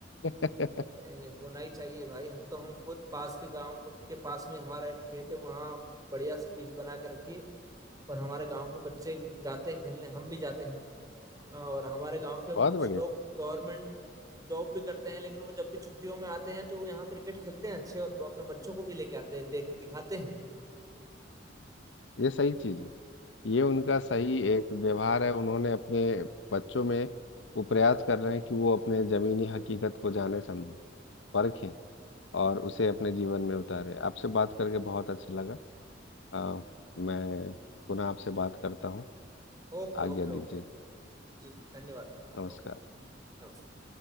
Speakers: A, on the left; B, on the right.
A: <laughs>
B: ए, होना ही चाहिए भाई हम तो हम खुद पास के गांव के पास में हमारा एक खेत है वहाँ बढ़िया से पिच बना के रखिए और हमारे गांव के बच्चे जाते हैं खेलने हम भी जाते हैं और हमारे गांव के भी
A: बहुत
B: कुछ
A: बढ़िया
B: लोग गवर्नमेंट जॉब भी करते हैं लेकिन वो जब भी छुट्टियों में आते हैं तो वो यहाँ क्रिकेट खेलते हैं अच्छे और अपने बच्चों को भी लेके आते हैं देख दिखाते हैं
A: ये सही चीज है ये उनका सही एक व्यवहार है उन्होंने अपने बच्चों में वो प्रयास कर रहे हैं कि वो अपने जमीनी हकीकत को जाने समझे परखें और उसे अपने जीवन में उतारे आपसे बात करके बहुत अच्छा लगा अ, मैं पुनः आपसे बात करता हूँ
B: Okay
A: आज्ञा
B: okay
A: दीजिए
B: okay जी जी धन्यवाद धन्यवाद
A: नमस्कार
B: ओके नमस्कार